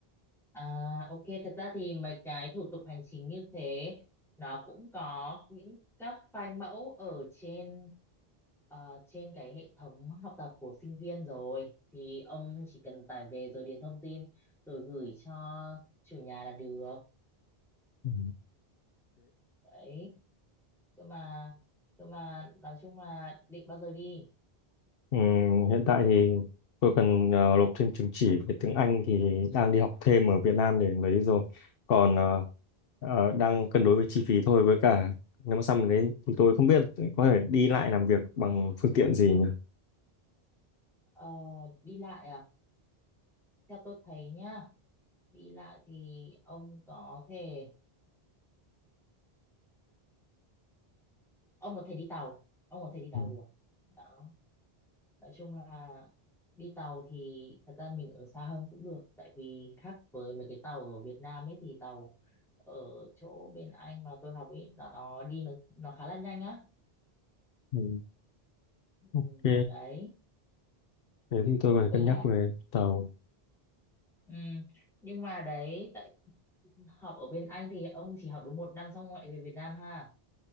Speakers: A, in the centre; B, on the left.
A: À, ok, thật ra thì mấy cái thủ tục hành chính như thế nó cũng có những các file mẫu ở trên ờ, trên cái hệ thống học tập của sinh viên rồi thì ông chỉ cần tải về rồi điền thông tin rồi gửi cho chủ nhà là được
B: Ừ.
A: đấy cơ mà cơ mà nói chung là định bao giờ đi
B: Ừ, hiện tại thì tôi cần ờ, nộp thêm chứng chỉ về tiếng Anh thì đang đi học thêm ở Việt Nam để lấy rồi. Còn ờ, ờ, đang cân đối với chi phí thôi với cả nếu mà xong đấy thì tôi không biết có thể đi lại làm việc bằng phương tiện gì nhỉ.
A: Ờ, đi lại à theo tôi thấy nhá đi lại thì ông có thể ông có thể đi tàu ông có thể đi tàu
B: Ừ,
A: được đó. nói chung là đi tàu thì thật ra mình ở xa hơn cũng được tại vì khác với mấy cái tàu ở Việt Nam ấy thì tàu ở chỗ bên anh mà tôi học ấy nó đi nó nó khá là nhanh á
B: ừ,
A: ừ,
B: Ok,
A: đấy
B: thế thì tôi có thể
A: với
B: cân
A: lại
B: nhắc về tàu.
A: ừ, nhưng mà đấy tại học ở bên anh thì ông chỉ học đúng một năm xong ngoại về Việt Nam ha